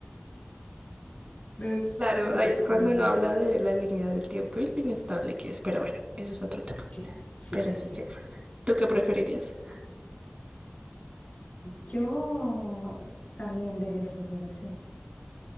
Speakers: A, on the left (about 40°); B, on the right (about 25°).
A: No sé,
B: Claro, ahí
A: es
B: es
A: complicado.
B: cuando uno habla de la línea del tiempo y lo inestable que es, pero bueno, eso es otro tema.
A: Claro, sí,
B: Pero
A: sí,
B: sí
A: cierto.
B: que fuerte. ¿Tú qué preferirías?
A: Yo también ver el futuro, sí.